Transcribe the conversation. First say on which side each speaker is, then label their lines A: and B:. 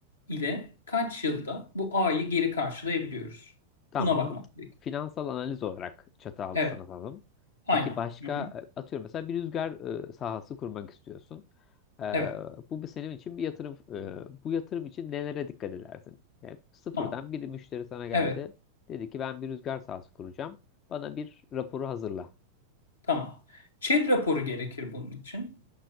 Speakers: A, on the left (about 80°); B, on the left (about 35°).
A: ile kaç yılda bu A'yı geri karşılayabiliyoruz?
B: Tamam
A: Buna
B: bunu
A: bakmak gerekiyor.
B: finansal analiz olarak çatı altına
A: Evet,
B: alalım.
A: aynen.
B: Peki başka
A: Hı hı.
B: e, atıyorum mesela bir rüzgar e, sahası kurmak istiyorsun. E,
A: Evet,
B: bu bir senin için bir yatırım. e, bu yatırım için nelere dikkat edersin? Yani sıfırdan
A: tamam.
B: bir müşteri sana geldi.
A: Evet,
B: Dedi ki ben bir rüzgar sahası kuracağım. Bana bir raporu hazırla.
A: tamam. ÇED raporu gerekir bunun için.